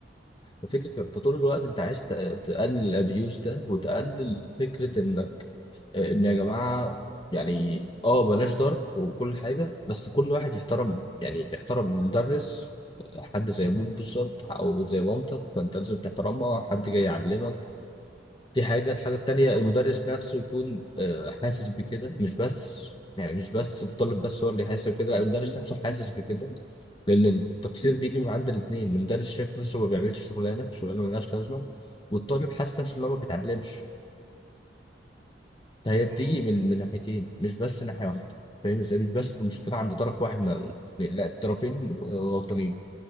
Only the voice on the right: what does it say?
بالظبط
اه
انت
اه